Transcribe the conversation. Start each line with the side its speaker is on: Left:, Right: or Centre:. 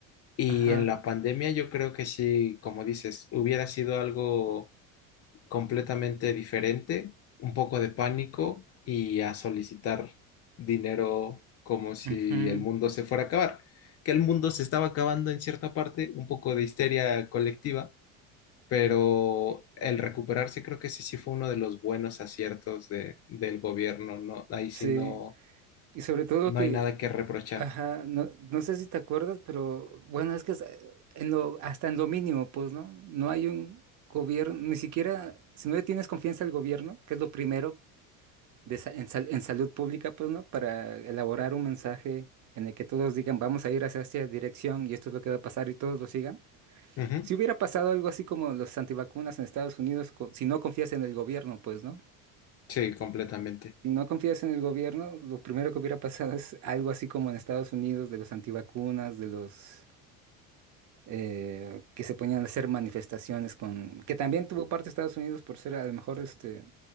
Left: Y
Right: Ajá.
Left: en la pandemia yo creo que sí, como dices, hubiera sido algo completamente diferente, un poco de pánico y a solicitar dinero como si
Right: ujú,
Left: el mundo se fuera a acabar. Que el mundo se estaba acabando en cierta parte, un poco de histeria colectiva, pero el recuperarse creo que ese sí fue uno de los buenos aciertos de, del gobierno, ¿no? Ahí
Right: Sí.
Left: sí no,
Right: Y sobre todo
Left: no
Right: que,
Left: hay nada que reprochar.
Right: ajá, no, no sé si te acuerdas, pero bueno, es que es, eh, en lo, hasta en lo mínimo, pues, ¿no? No hay un gobierno, ni siquiera, si no le tienes confianza al gobierno, que es lo primero de sa- en, sal- en salud pública, pues, ¿no? Para elaborar un mensaje en el que todos digan, vamos a ir hacia esta dirección y esto es lo que va a pasar y todos lo sigan.
Left: Ujú, ujú.
Right: Si hubiera pasado algo así como los antivacunas en Estados Unidos, co- si no confías en el gobierno, pues, ¿no?
Left: Sí, completamente.
Right: Si no confías en el gobierno, lo primero que hubiera pasado es algo así como en Estados Unidos de los antivacunas, de los eh, que se ponían a hacer manifestaciones con, que también tuvo parte Estados Unidos por ser a lo mejor este,